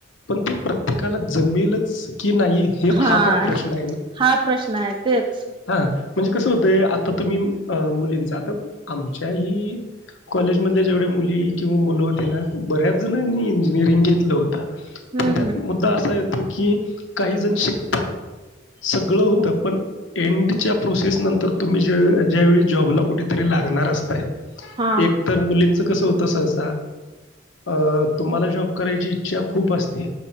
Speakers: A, on the left (about 75°); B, on the right (about 25°).
A: पण ते प्रत्येकाला जमेलच की नाही हे
B: हा.
A: पण प्रश्न
B: हा प्रश्न आहे तेच,
A: हा, म्हणजे कसं हुतंय आता तुम्ही मुलींचा, आता आमच्याहीऽ कॉलेजमधले जेवढ्या मुली किंवा मुलं होते ना, बऱ्याच जणांनी इंजिनिअरिंग घेतलं होतं.,
B: हम्म
A: पण त्यात मुद्दा असा येतो की, काही जण शिकतात. सगळं होतं
B: हम्म
A: पण एंडच्या प्रोसेस नंतर तुम्ही ज्या ज्यावेळी जॉबला कुठेतरी लागणार असताय,
B: हा
A: एक तर मुलींचं कसं होतं सहसा, अ तुम्हांला जॉब करायची इच्छा खूप असते,